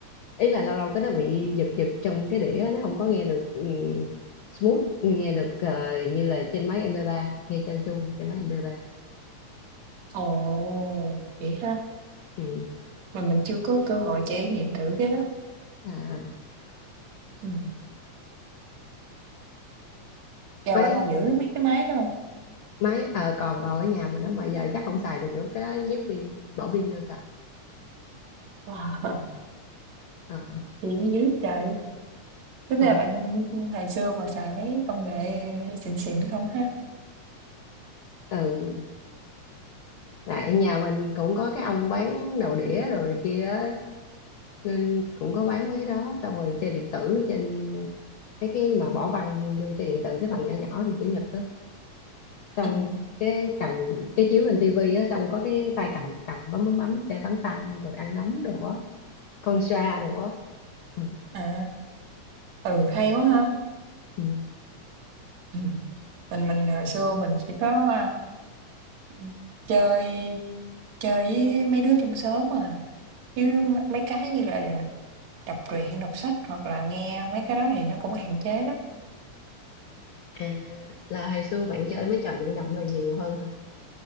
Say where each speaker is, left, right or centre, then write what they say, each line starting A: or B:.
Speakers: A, on the left (about 70°); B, on the right (about 65°).
A: ý là lâu lâu cái nó bị giật giật trong cái đĩa nó không có nghe được ừ, smooth nghe được ờ, như là trên máy mp ba nghe trơn tru như trên máy MP3
B: Ồ, vậy ha.
A: ừ.
B: Mà mình chưa có cơ hội trải nghiệm thử cái đó.
A: à,
B: Ừ. Chà,
A: máy
B: bạn còn giữ mấy cái máy đó hông?
A: máy ờ, còn còn ở nhà mình nó mà giờ chắc không xài được nữa cái đó nhét pin bỏ pin vô xài
B: Wow, <laughs>
A: Ờ,
B: vậy mới dữ trời! Tính
A: còn
B: ra bạn, ưm, hồi xưa mà xài mấy công nghệ xịn xịn không ha?
A: ừ tại nhà mình cũng có cái ông bán đầu đĩa đồ này kia á, nên cũng có bán mấy đó xong rồi chơi điện tử trên mấy cái mà bỏ băng vô chơi điện tử cái băng nhỏ nhỏ hình chữ nhật á xong
B: Ừm.
A: cái cầm cái chiếu lên tivi á xong có cái tay cầm cầm bấm bấm bấm chơi bắn tăng rồi ăn nấm đồ á con xoa
B: À,
A: đồ á ừ.
B: à, ừ, hay quá ha!
A: ừ.
B: Ừm, mình mình hồi xưa mình chỉ có, a, ừm, chơi chơi với mấy đứa trong xóm à, chứ mấy mấy cái như là đọc truyện, đọc sách hoặc là nghe mấy cái đó thì nó cũng hạn chế lắm.
A: à là hồi xưa bạn chơi mấy trò vận động là nhiều hơn hả